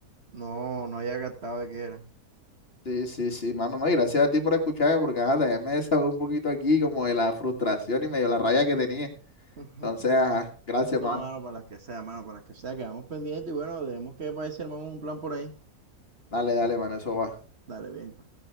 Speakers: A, on the right; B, on the left.
A: no, no había captado de qué era.
B: Sí, sí, sí, mano, no, y gracias a ti por escucharme, porque ajá, también me desahogué un poquito aquí como de la frustración y medio la rabia que tenía.
A: <laughs>
B: Entonces, ajá, gracias,
A: No,
B: mano.
A: mano, para las que sea, mano, para las que sea, quedamos pendientes y bueno, debemos que para ver si armamos un plan por ahí.
B: Dale, dale, mano, eso va.
A: Dale, bien, pues.